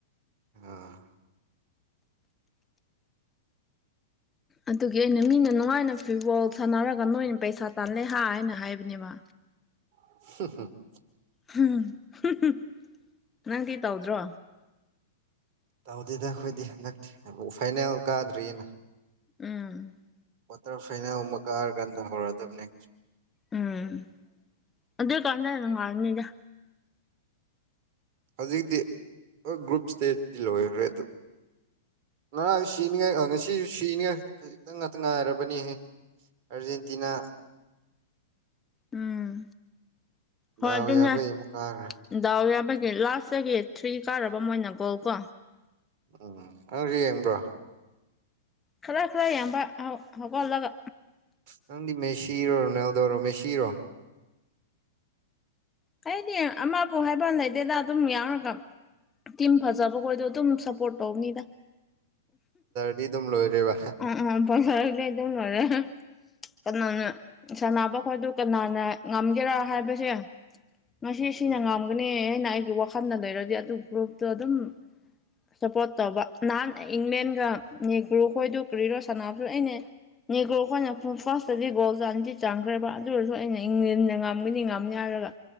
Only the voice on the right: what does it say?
ꯑꯥ
<unintelligible>
ꯇꯧꯗꯦꯗ ꯑꯩꯈꯣꯏꯗꯤ ꯍꯟꯗꯛꯇꯤ ꯐꯥꯏꯅꯦꯜ ꯀꯥꯗ꯭ꯔꯤꯑꯅ
ꯀ꯭ꯋꯥꯇꯔ ꯐꯥꯏꯅꯦꯜ ꯒꯨꯝꯕ ꯀꯥꯔꯀꯥꯟꯗ ꯍꯧꯔꯗꯕꯅꯤ
ꯍꯧꯖꯤꯛꯇꯤ ꯍꯣꯏ ꯒ꯭ꯔꯨꯞ ꯁꯇꯦꯠꯇꯤ ꯂꯣꯏꯒ꯭ꯔꯦ ꯑꯗꯨ ꯉꯔꯥꯡ ꯁꯤꯅꯤꯉꯥꯏ ꯉꯁꯤꯖꯨ ꯁꯤꯅꯤꯉꯥꯏ ꯈꯖꯤꯛꯇꯪ ꯉꯥꯛꯇ ꯉꯥꯏꯔꯕꯅꯦꯍꯦ ꯑꯔꯖꯦꯟꯇꯤꯅꯥ
ꯗꯥꯎ
ꯌꯥꯕꯒꯤ ꯑꯃꯨꯛ ꯀꯥꯈ꯭ꯔꯦ
ꯎꯝ <unintelligible> ꯌꯦꯡꯕ꯭ꯔꯣ
ꯅꯪꯗꯤ ꯃꯦꯁꯤꯔꯣ ꯔꯣꯅꯥꯜꯗꯣꯔꯣ ꯃꯦꯁꯤꯔꯣ
ꯗꯤ ꯑꯗꯨꯝ ꯂꯣꯏꯔꯦꯕ
ꯎꯝ